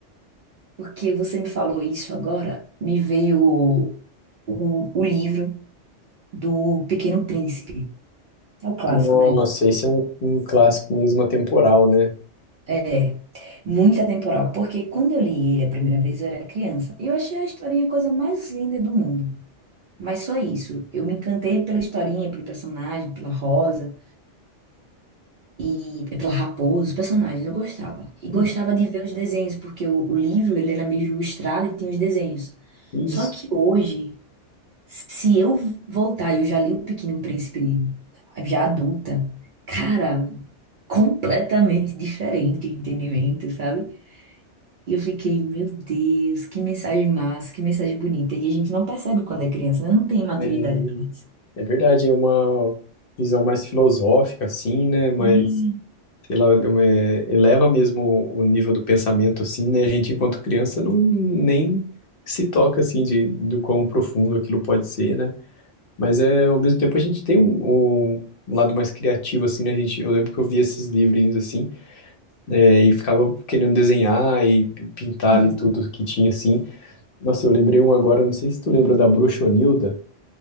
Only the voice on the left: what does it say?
Nossa,
esse é um, um clássico mesmo atemporal, né?
Sim,
Isso.
né?
É verdade, é uma visão mais filosófica, assim, né? Mas,
sei lá, é, eleva mesmo o o nível do pensamento, assim, né? A gente, enquanto criança, não nem se toca, assim, de, do quão profundo aquilo pode ser, né? Mas, é, ao mesmo tempo, a gente tem um, um lado mais criativo, assim, né? A gente, eu lembro que eu via esses livrinhos, assim, é, e ficava querendo desenhar e pintar
ali tudo que tinha, assim. Nossa, eu lembrei um agora, não sei se tu lembra da Bruxonilda.